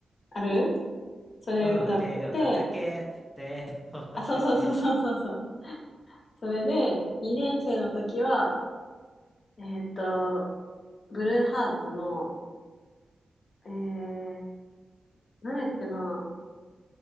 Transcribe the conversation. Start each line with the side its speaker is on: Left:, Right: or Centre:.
Left: あるそれ歌って、
Centre: うん、手を叩け、手を叩け。
Left: あ、そうそうそうそうそうそう。それで、2年生の時は、えっと、ブルーハーツの、えー、なんだっけな、